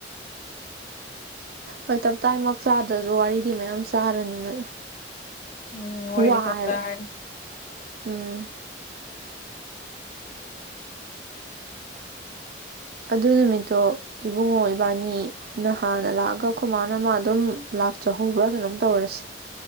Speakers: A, on the right; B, on the left.
A: ꯍꯣꯏ ꯇꯞꯇꯥꯥꯏꯃꯛ ꯆꯥꯗ꯭ꯔꯁꯨ ꯋꯥꯔꯤꯗꯤ ꯃꯌꯥꯝ ꯆꯥꯔꯅꯤ ꯅꯣꯏ
B: ꯎꯝ ꯋꯥꯔꯤꯗꯤ
A: ꯋꯥ
B: ꯈꯔ
A: ꯍꯥꯏꯕ
B: ꯆꯥꯔꯅꯤ
A: ꯎꯝ ꯑꯗꯨ ꯅꯨꯃꯤꯠꯇꯣ ꯏꯕꯨꯡꯉꯣ ꯏꯕꯥꯅꯤ ꯅꯍꯥꯟꯅ ꯂꯥꯛꯑꯒ ꯑꯈꯨꯃꯥꯅ ꯃꯥ ꯑꯗꯨꯝ ꯂꯥꯛꯆꯍꯧꯕ꯭ꯔꯥ ꯀꯩꯅꯣꯝ ꯇꯧꯔꯁꯦ